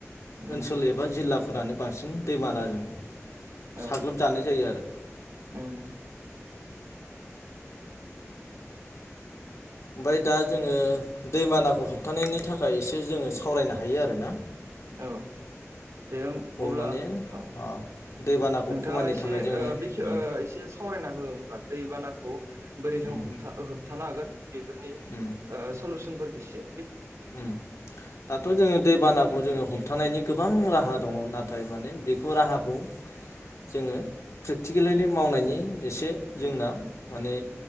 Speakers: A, on the right (about 80°); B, on the left (about 70°).
A: उम
B: ओनसोल एबा जिल्ला फोरानो बांसिन दैमानाजों
A: औ
B: साग्लोबजानाय जायो आरो।
A: उम
B: ओमफ्राय दा जोङो दैमानाखौ होबथानायनि थाखाय एसे जोङो सावरायनो हायो आरो ना।
A: औ दे ओम अब्ला
B: माने
A: औ
B: अ दैबानाखौ
A: नोंथाङा
B: खमायनो
A: एसे
B: थाखाय जोङो
A: ओ बेखे
B: उम
A: एसे ओ सावरायना हो होमबा। दैबानाखौ बोरै जों
B: उम
A: हमथ होबथानो हागोन। बेफोरनि
B: उम
A: सलुसन इसे।
B: उम दाथ' जोंङो दै बानाखौ जोंङो हम थानायनि गोबां राहा दङ नाथाय माने बेखौ राहाखौ जोंङो प्रेक्टिकेलैलि मावनायनि एसे
A: उम
B: जोंनाव माने